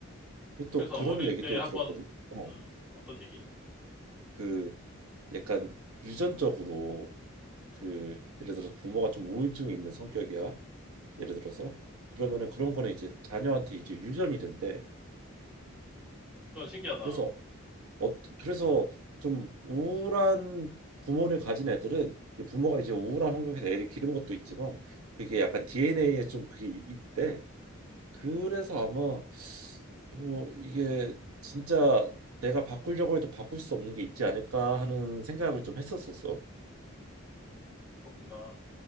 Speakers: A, on the right; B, in the centre.
A: 그리고 또
B: 그래서
A: 그런
B: 어릴
A: 얘기도
B: 때 한번
A: 들었거든. 어,
B: 음, 음, 어떤 얘기?
A: 그 약간 유전적으로 그 예를 들어서 부모가 좀 우울증이 있는 성격이야. 예를 들어서 그러면은 그런 거는 이제 자녀한테 이제 유전이 된대.
B: 그건 신기하다.
A: 그래서 어, 그래서 좀 우울한 부모를 가진 애들은 이 부모가 이제 우울한 환경에서 애를 기른 것도 있지만 그게 약간 DNA에 좀 그게 이- 있대. 그래서 아마 뭐 이게 진짜 내가 바꾸려고 해도 바꿀 수 없는 게 있지 않을까 하는 생각을 좀 했었었어.
B: 그렇구나.